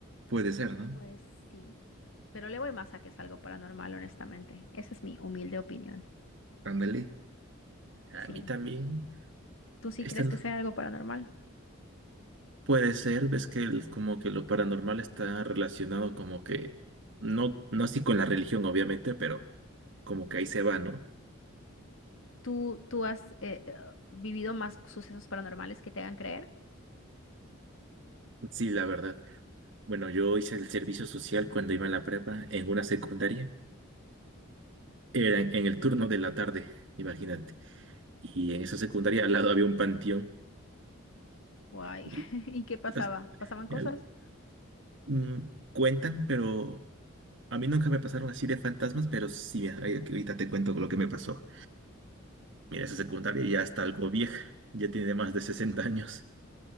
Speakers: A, on the right; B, on the left.
A: Puede ser, ¿no?
B: Pues sí, pero le voy más a que es algo paranormal, honestamente. Esa es mi humilde opinión.
A: Ándale. A
B: Sí.
A: mí también.
B: ¿Tú sí
A: Esta,
B: crees
A: no
B: que sea algo paranormal?
A: Puede ser, ves que el- como que lo paranormal está relacionado como que, no, no así con la religión, obviamente, pero como que ahí se va, ¿no?
B: ¿Tú, tú has eh, eh, vivido más sucesos paranormales que te hagan creer?
A: Sí, la verdad. Bueno, yo hice el servicio social cuando iba a la prepa en una secundaria. Era en, en el turno de la tarde, imagínate. Y en esa secundaria al lado había un panteón.
B: Guay.
A: Y
B: <laughs> ¿Y qué pasaba?
A: as-
B: ¿Pasaban cosas?
A: al- mm, cuentan, pero a mí nunca me pasaron así de fantasmas, pero sí, mira, ahí- ahorita te cuento lo que me pasó. Mira, esa secundaria ya está algo vieja, ya tiene más de 60 años.